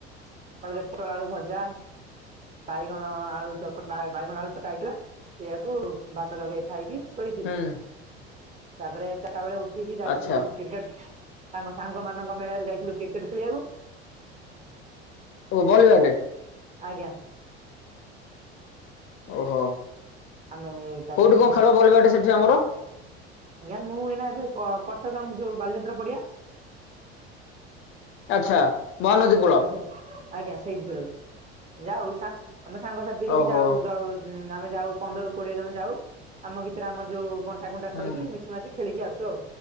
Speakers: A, on the right (about 25°); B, on the left (about 40°).
A: ତାପରେ <unintelligible> ଆଳୁ ଭଜା। ବାଇଗଣ ଆଳୁ ଚକ ବାଇଗଣ ଆଳୁ ଚକା ହେଇଥିଲା। ସେଆକୁ ଭାତ ଲଗେଇ ଖାଇକି ଶୋଇଥିଲି।
B: ହୁଁ।
A: ତାପରେ ଚାରିଟା ବେଳେ ଉଠିକି ଯାଇଥିଲୁ
B: ଆଚ୍ଛା
A: କ୍ରିକେଟ। ଆମ ସାଙ୍ଗମାନଙ୍କ ମେଳାରେ ଯାଇଥିଲୁ କ୍ରିକେଟ ଖେଳିବାକୁ।
B: ଓ ବଳି ବାଟେ।
A: ଆଜ୍ଞା।
B: ଓହୋ
A: ଆମେ ତାପରେ
B: କୋଉଠି
A: ଖେଳି
B: କଣ ଖେଳ ବଲ ବାଟେ ସେଠି ଆମର।
A: ଆଜ୍ଞା ମୁଁ ଏଇନା ଏବେ କଟକ ଆମ ଯୋଉ ବାଲିଯାତ୍ରା ପଡିଆ।
B: ଆଚ୍ଛା। ମହାନଦୀ କୂଳ
A: ଆମେ ସେ ଆଜ୍ଞା ସେଇଠି ଖେଳୁ ଯାଉ ସା ଆମେ ସାଙ୍ଗସାଥି ହେଇକି
B: ଓହୋ
A: ଯାଉ ଦ ହୁଁ ଆମେ ଯାଉ ପନ୍ଦରରୁ କୋଡିଏ ଜଣ ଯାଉ ଆମ ଭିତରେ ଆମର ଯୋଉ ବଣ୍ଟା କୁଣ୍ଟା
B: ହୁଁ
A: କରିକି ମିଶି ମାଶି ଖେଳିକି ଆସୁ ଆଉ